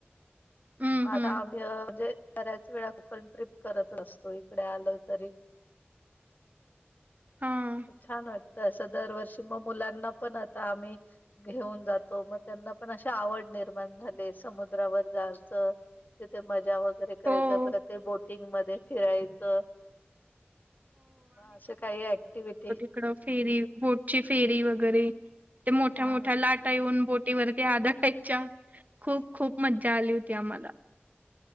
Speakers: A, on the right; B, on the left.
A: हं,
B: मग आता
A: हं.
B: आम्ही म्हणजे, बऱ्याच वेळा कोकण ट्रिप करत असतोय. इकडे आलोय तरी,
A: हां.
B: छान वाटतं असं. दरवर्षी मग मुलांना पण आता आम्ही, घेऊन जातो. मग त्यांना पण अशी आवड निर्माण झाले समुद्रावर जायचं. तिथे मजा वगैरे करायचं.
A: हो,
B: परत ते बोटिंग मध्ये फिरायचं. मग अशी काही अँक्टिव्हिटी.
A: इकडं फेरी, बोटची फेरी वगैरे ते मोठ्या
B: हा.
A: मोठ्या लाटा येऊन बोट बोटीवरती आदळायच्या खूप खूप मज्जा आली होती आम्हाला.